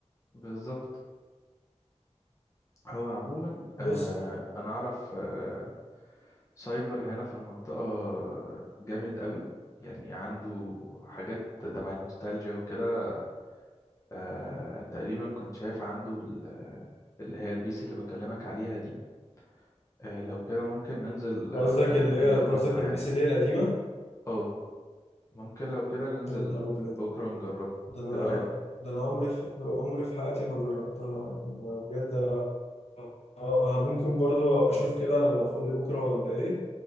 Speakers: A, on the left; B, on the left.
A: بالظبط هو عموما
B: بص
A: آه أنا أعرف آه سايبر هنا في المنطقة جامد قوي يعني عنده حاجات تبع النوستالجيا وكده آه تقريبا كنت شايف عنده ال- اللي هي البيس اللي بكلمك عليها دي آه لو كده ممكن ننزل
B: قصدك
A: آه
B: اللي
A: نجربها
B: هي انت قصدك البي
A: يعني
B: سي دي القديمه
A: اه ممكن لو كده ننزل
B: يا نهار ابيض
A: بكرة نجربها
B: ده انا
A: ايه رأيك
B: ده انا عمري في عمري في حياتي ما جربتها أنا بجد انا آه، ممكن برضو اشوف كده انا لو فاضي بكره ولا ايه